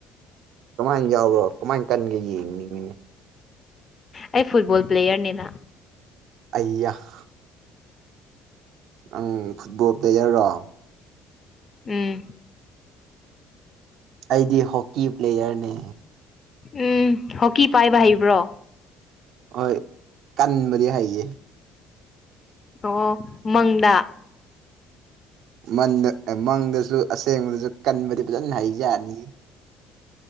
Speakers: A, on the right; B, on the left.
A: ꯀꯃꯥꯏꯅ ꯌꯥꯎꯕꯔꯣ ꯀꯃꯥꯏ ꯀꯟꯒꯦ ꯌꯦꯡꯅꯤꯡꯉꯅꯦ
B: ꯑꯩ ꯐꯨꯠꯕꯜ ꯄ꯭ꯂꯦꯌꯔꯅꯦꯅ
A: ꯑꯌꯥꯥꯛ ꯑꯪ ꯐꯨꯠꯕꯣꯜ ꯄ꯭ꯂꯦꯌꯔꯔꯣ
B: ꯎꯝ
A: ꯑꯩꯗꯤ ꯍꯣꯛꯀꯤ ꯄ꯭ꯂꯦꯌꯔꯅꯤ
B: ꯎꯝ ꯍꯀꯤ ꯄꯥꯏꯕ ꯍꯕ꯭ꯔꯣ
A: ꯍꯣꯏ ꯀꯥꯟꯕꯗꯤ ꯍꯥꯏꯌꯦ
B: ꯑꯣ ꯃꯪꯗ
A: ꯃꯟꯗ ꯃꯪꯗꯁꯨ ꯑꯁꯦꯡꯕꯗꯁꯨ ꯀꯟꯕꯗꯤ ꯐꯖꯅ ꯍꯩꯖꯅꯤ